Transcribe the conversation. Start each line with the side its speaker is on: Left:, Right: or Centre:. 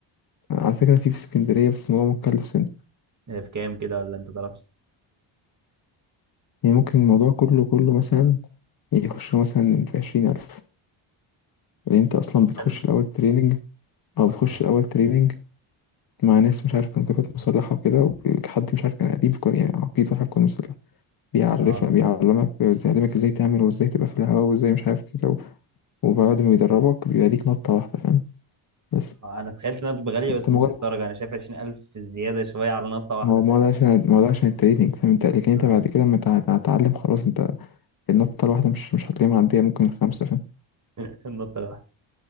Left: على فكرة في في اسكندرية بس الموضوع مكلف سنة
Right: آه، بكام كده ولا انت تعرفش
Left: يعني ممكن الموضوع كله كله مثلا يخش له مثلا في عشرين ألف لأن أنت أصلا
Right: 20000
Left: بتخش الأول تريننج أو
Right: اه
Left: بتخش الأول تريننج مع ناس مش عارف كان كانت مسلحة وكده وحد مش عارف كان قريب كان- يعني عقيد واحد كان مسلح بيعرفك
Right: اه
Left: بيعلمك بيعلمك ازاي تعمل وازاي تبقى في الهواء وازاي مش عارف كده و- وبعد ما بيدربك بيبقى ليك نطة واحدة فاهم بس
Right: آه، انا تخيلت انها تبقى غاليه
Left: انت
Right: بس
Left: مجرد
Right: مش للدرجه انا شايف 20000 زياده شويه على نطه واحده
Left: ما هو ما
Right: فاهم
Left: هو ده عشان ما هو ده عشان التريننج فاهم انت لكن انت
Right: اه
Left: بعد كده لما تع- تتعلم خلاص انت النطة الواحدة مش مش هتلاقيها معدية ممكن الخمسة فاهم
Right: <laughs> النطه الواحده